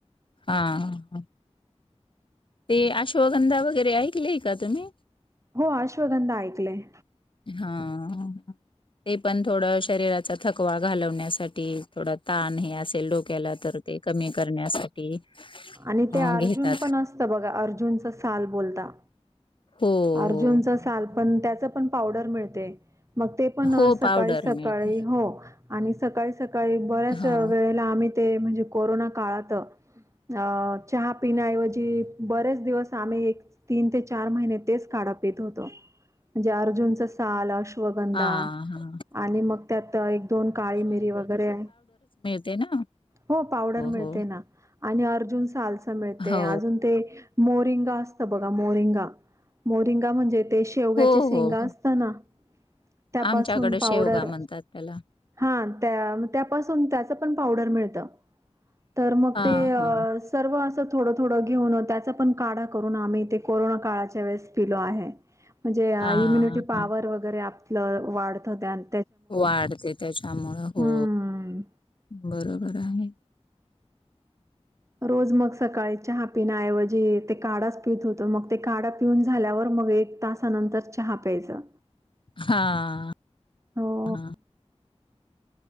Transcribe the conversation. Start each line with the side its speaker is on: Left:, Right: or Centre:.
Left: हा. ते अश्वगंधा वगैरे ऐकले का तुम्ही?
Right: हो अश्वगंधा ऐकलय.
Left: हा. ते पण थोडं शरीराचा थकवा घालवण्यासाठी, थोडं ताण हे अस तेल डोक्याला तर ते कमी करण्यासाठी-
Right: आणि ते
Left: अ
Right: अर्जुन
Left: घेतात
Right: पण असतं बघा. अर्जुनच साल बोलता.
Left: हो
Right: अर्जुनच
Left: हो
Right: साल पण त्याच पण पावडर मिळते. मग ते पण
Left: हो
Right: सकाळी
Left: पावडर
Right: -सकाळी
Left: मिळते
Right: हो आणि सकाळी - सकाळी बऱ्याच
Left: हा
Right: वेळेला आम्ही ते म्हणजे कोरोना काळात अ चहा पिण्याऐवजी बरेच दिवस आम्ही एक तीन ते चार महिने तेच काढ पित होतो म्हणजे अर्जुनच काल, अश्वगंधा
Left: हा हा
Right: आणि मग त्यात एक दोन काळी मिरी वगैरे
Left: ते ना.
Right: हो पावडर मिळते
Left: हो
Right: ना. आणि अर्जुन सालसा मिळते
Left: हो
Right: अजून ते मोरिंगा असतं बघा मोरिंगा. मोरिंगा म्हणजे ते शेवग्याचे
Left: हो
Right: सेंगा
Left: हो हो
Right: असत ना? त्यापासून
Left: आमच्याकडे
Right: पावडर
Left: शेवगा म्हणतात त्याला
Right: हा त्या त्यापासून -त्याच पण पावडर मिळत तर मग
Left: हा
Right: ते-
Left: हा
Right: सर्व असं थोडं थोडं घेऊन त्याचा पण काढा करून आम्ही ते कोरोना काळाच्या वेळेस- - पिलो आहे. म्हणजे
Left: हा
Right: इम्युनिटी पॉवर
Left: हा
Right: वगैरे आपलं वाढत त्यान्
Left: वाढते त्याच्यामुळ. हो
Right: हम्म
Left: बरोबर आहे.
Right: रोज मग सकाळी चहा पिण्याऐवजी ते काढाच पित होतो मग ते काढा पिऊन झाल्यावर मग एक तासानंतर चहा प्यायचं.
Left: हा.
Right: हो.
Left: हा